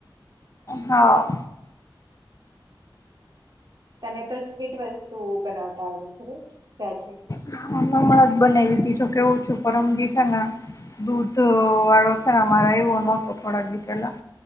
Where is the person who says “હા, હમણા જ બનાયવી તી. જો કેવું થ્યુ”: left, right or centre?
Left